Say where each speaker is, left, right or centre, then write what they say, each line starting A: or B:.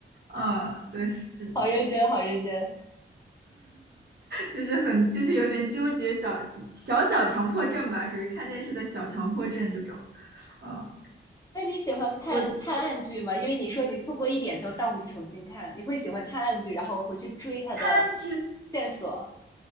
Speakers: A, on the right; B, on the left.
A: 嗯，对，是的，
B: 好认真，好认真。
A: 就是很，就是有点纠结小，小小强迫症吧，属于看电视的小强迫症这种。嗯，
B: 那你喜欢看探案剧吗？
A: 我
B: 因为你说你错过一点都倒回去重新看，你会喜欢探案剧，然后回去追它的
A: 看剧，
B: 线索。